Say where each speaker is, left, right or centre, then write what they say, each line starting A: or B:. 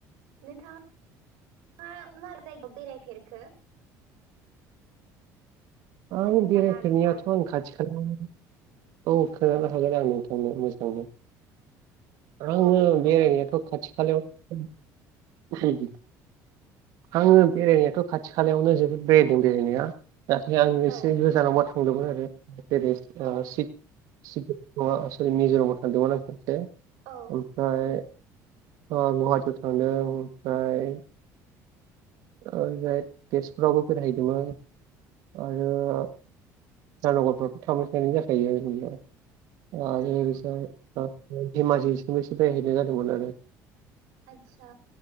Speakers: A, on the right (about 85°); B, on the right (about 55°).
A: नोंथांआ मा जायगायाव बेरायफेरखो
B: आं
A: खोन्थानो
B: बेरायफेरनायथ'
A: हागोन ना
B: आं खाथि खालायावनो औ खोनानो हागोन आं नोंथांनो मोजांयैनो आङो
A: औ दे खोन्थादो
B: बेरायनायाथ' खाथि खालायाव आङो बेरायनायाथ' खाथि खालायावनो जोबोद बेरायदों बेरायनाया आं एसे
A: औ
B: गोजानावबा थांदोंमोन आरो जेरै
A: औ
B: सिट सिकिम सरि मेज'रामबो थांदोंमोन आं खेबसे
A: औ
B: ओमफ्राय गुवाहाटियाव थांदों ओमफ्राय ओ तेजपुरावबो बेरायहैदोंमोन। आरो इटानगरफ्रावथ' थांबाय थानाय जाखायो बि ओ
A: उम
B: <unintelligible> धेमाजिसिम <unintelligible> बेरायहैनाय जादोंमोन आरो
A: आदसा